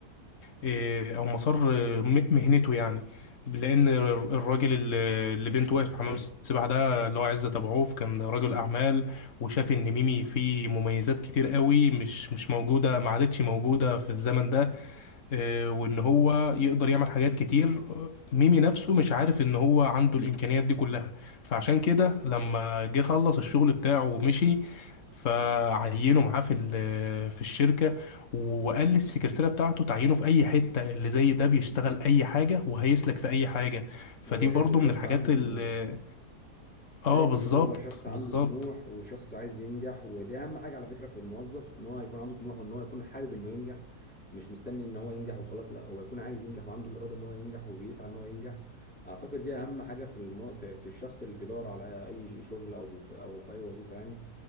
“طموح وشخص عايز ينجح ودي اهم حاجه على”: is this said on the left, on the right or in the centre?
Centre